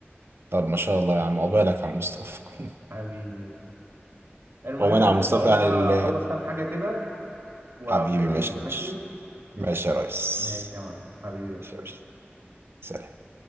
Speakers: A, on the right; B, on the right.
A: طب ما شاء الله يا عم عقبالك يا عم مصطفى <laughs>
B: حبيبي المهم
A: عقبالك يا
B: أنا
A: عم مصطفى
B: هقوم
A: يعني
B: بقى
A: ال-
B: أخلص كام حاجة كده وأبقى
A: حبيبي
B: أجيلك
A: ماشي يا
B: ماشي؟
A: باشا ماشي يا ريس
B: ماشي يا معلم حبيبي
A: ماشي يا باشا سلام